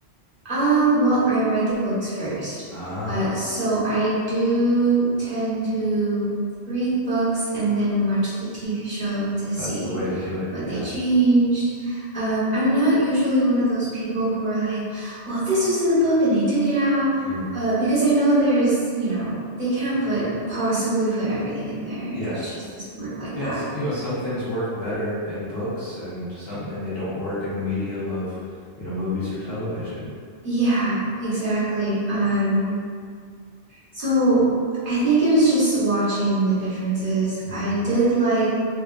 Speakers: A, on the right; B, on the left.
A: Um, well, I read the books first.
B: Ah,
A: Uh, so I do tend to read books and then watch the TV show to see
B: that's the way to do it.
A: what
B: Yeah.
A: they changed. Um, I'm not usually one of those people who are like, well, this was in the book and they took it out.
B: Mm.
A: Uh, because I know there's, you know, they can't put possibly put everything in there.
B: Yeah.
A: It just doesn't work like
B: Yes,
A: that.
B: you know, some things work better in books and some and they don't work in the medium of, you know, movies or television.
A: Yeah, exactly. Um, So I think it was just watching the differences.
B: Mm.
A: I did like